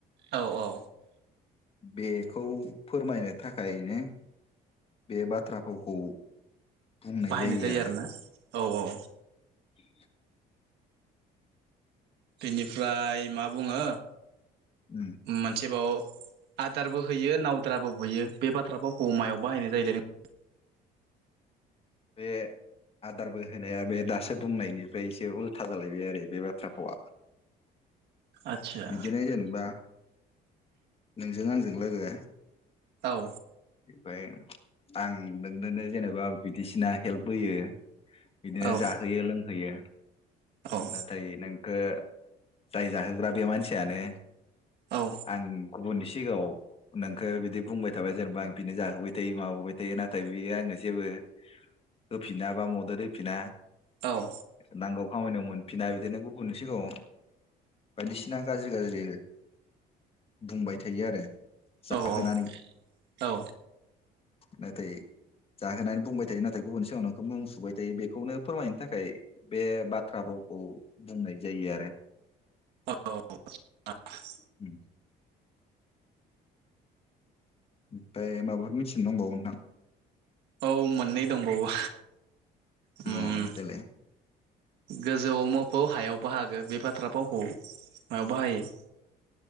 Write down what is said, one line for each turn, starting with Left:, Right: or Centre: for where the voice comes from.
Right: औ औ
Left: बेखौ फोरमायनो थाखायनो। बे बाथ्रा फावखौ बुंनाय
Right: बाहायनाय
Left: जायो आरो।
Right: आरोना औ औ
Left: <inaudible>
Right: बेनिफ्राय मा बुङो
Left: उम
Right: मोनसेबाव आदारबो होयो नावद्राबो बुयो? बे बाथ्राफावखौ मायाव बाहायनाय जायोलै।
Left: बे आदारबो होनाया बे दासो बुंनायनिफ्राय एसे उल्था जालायबाय आरो बे बाथ्राफावआ।
Right: नों आदसा
Left: बिदिनो जेनेबा नोंजों आंजों लोगो
Right: औ
Left: फाय आं नोंनोनो जेनेबा बिदिसिना हेल्प होयो। बिदिनो
Right: औ
Left: जाहोयो लोंहोयो।
Right: औ
Left: नाथाय नोंखो जाय जाहोग्रा बे मानसियानो
Right: औ
Left: आं गुबुननिसि सिगाङाव नोंखो बिदि बुंबाय थाबाय जेनेबा बिनो जाहोबाय थायो माबोबाय थायो नाथाय बेयो आंनो जेबो होफिना बा मदद होफिना।
Right: औ
Left: नांगौ खामानियाव मोनफिना बिदिनो गुबुननि सिगांयाव बायदिसिना गाज्रि गाज्रि बुंबाय थायो आरो,
Right: औ
Left: जाहोनानै।
Right: औ
Left: नाथाय जाहोनानै बुंबाय थायो। नाथाय गुबुन सिगांयाव नोंखौ मुं सुबाय थायो। बेखौनो फोरमायनो थाखाय बे बाथ्रा भाव खौ बुंनाय जायो आरो।
Right: औ <unintelligible>
Left: <inaudible> ओमफाय माबाफोर मिथिनो दंबावो नोंथां?
Right: औ मोननै दंबावो। उम
Left: अ देलाय
Right: गोजौआव मोफौ हायाव बाहागो बे बाथ्रा फावखौ मायाव बाहायो?